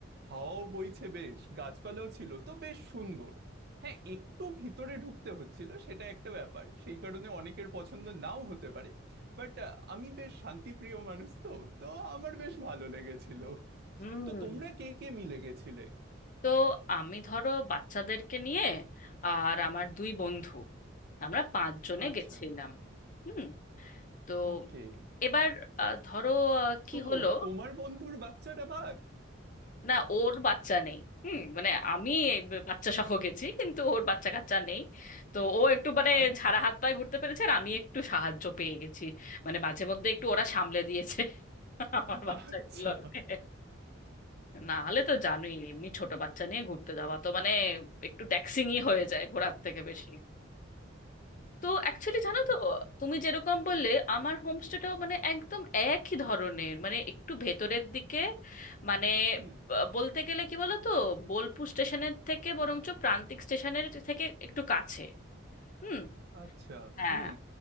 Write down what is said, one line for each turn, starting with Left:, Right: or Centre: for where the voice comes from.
Right: হাওয়াও বইছে বেশ গাছপালাও ছিল তো বেশ সুন্দর হ্যাঁ একটু ভিতরে ঢুকতে হচ্ছিল সেটা একটা ব্যাপার সেই কারণে অনেকের পছন্দ নাও হতে পারে বাট আমি বেশ শান্তিপ্রিয় মানুষ তো তো আমার বেশ ভালো লেগেছিল
Left: হুম
Right: তো তোমরা কে কে মিলে গেছিলে
Left: তো আমি ধরো বাচ্চাদেরকে নিয়ে আর আমার দুই বন্ধু আমরা পাঁচজনে
Right: আচ্ছা
Left: গেছিলাম হুম তো
Right: ওকে
Left: এবার আহ, ধরো আহ, কি
Right: তো
Left: হলো
Right: তোমার বন্ধুর বাচ্চাটা বাদ
Left: না ওর বাচ্চা নেই হুম মানে আমি এই ব- বাচ্চা সহ গেছি কিন্তু ওর বাচ্চা কাচ্চা নেই তো ও একটু মানে
Right: আচ্ছা
Left: ঝাড়া হাত পায়ে ঘুরতে পেরেছে আর আমি একটু সাহায্য পেয়ে গেছি মানে মাঝে মধ্যে একটু ওরা সামলে দিয়েছে <laughs> আমার
Right: আচ্ছা
Left: বাচ্চাগুলোকে না হলে তো জানোই এমনি ছোট বাচ্চা নিয়ে ঘুরতে যাওয়া তো মানে একটু ট্যাক্সিংই হয়ে যায় ঘোরার থেকে বেশি তো অ্যাকচুয়ালি জানো তো তুমি যেরকম বললে আমার হোমস্টেটাও মানে একদম একই ধরনের মানে একটু ভেতরের দিকে মানে
Right: হুম
Left: আহ, বলতে গেলে কি বলো তো বোলপুর স্টেশনের থেকে বরঞ্চ প্রান্তিক স্টেশনের থেকে একটু কাছে হুম
Right: আচ্ছা
Left: হ্যাঁ
Right: হুম